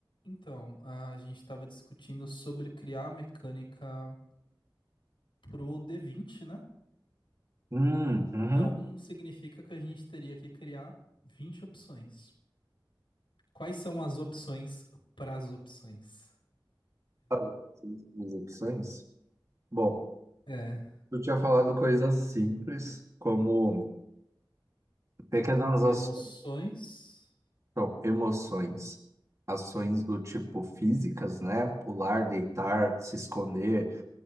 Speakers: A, on the left; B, on the right.
A: Então, a gente estava discutindo sobre criar a mecânica pro D20, né?
B: Hum, uhum.
A: Então, um significa que a gente teria que criar 20 opções. Quais são as opções para as opções?
B: Fazer Essas duas opções. Bom,
A: É,
B: eu tinha falado coisas simples, como pequenas aço-
A: emoções.
B: não, emoções, ações do tipo físicas, né? Pular, deitar, se esconder,